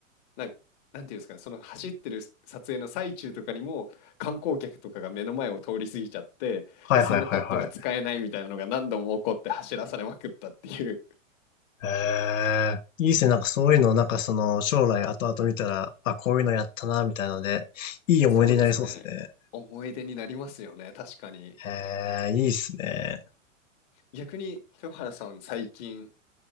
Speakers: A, on the left; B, on the left.
A: なんかなんていうんですかねその走ってる撮影の最中とかにも観光客とかが目の前を通り過ぎちゃってでそのカットが使えないみたいなのが何度も起こって走らされまくったっていう
B: はいはいはいはい。ええ、いいですね。なんかそういうの、なんかその、将来後々見たら、あ、こういうのやったな、みたいなので、いい思い出になりそうですね。
A: そうですね思い出になりますよね確かに
B: ええ、いいですね。
A: 逆に豊原さん最近